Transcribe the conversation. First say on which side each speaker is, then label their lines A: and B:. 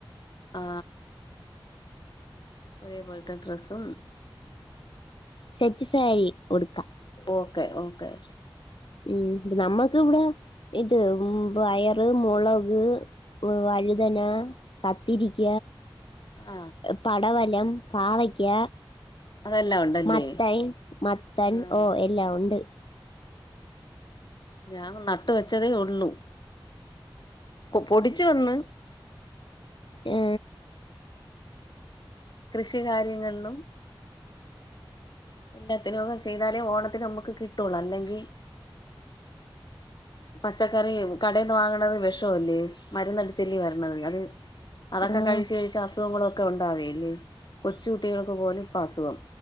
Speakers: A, on the left; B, on the left.
A: ആ ഒരേപോൽത്തെ ഡ്രസ്സും
B: സെറ്റ്സാരി ഉട്ക്കാ
A: ഓക്കെ ഓക്കെ
B: ഉം നമ്മക്ക് വടെ ഇത് പയറ്, മൊളക് വഴുതന, കത്തിരിക്ക
A: ആ
B: പടവലം, പാവയ്ക്ക
A: അതെല്ലാം ഉണ്ടല്ലേ
B: മത്തൻ മത്തൻ
A: ആഹ്
B: ഓ എല്ലാഒണ്ട്
A: ഞാനും നട്ട് വെച്ചതേ ഒള്ളു പ്പൊ പൊടിച്ച് വന്ന്
B: ഏ
A: കൃഷി കാര്യങ്ങളിലും എല്ലാത്തിനൊക്കെ ചെയ്താലേ ഓണത്തിന് നമുക്ക് കിട്ടൊള്ളൂ അല്ലെങ്കി പച്ചക്കറി കടേന്ന് വാങ്ന്നത് വെഷല്ലേ മരുന്നടിച്ചല്ലെ വരണത് അത് അതൊക്കെ
B: ആഹ്
A: കഴിച്ച് കഴിച്ച് അസുഖങ്ങള ക്കെ ഒണ്ടാവല്ലേ കൊച്ചു കുട്ടികൾക്ക് പോലും ഇപ്പസുഖം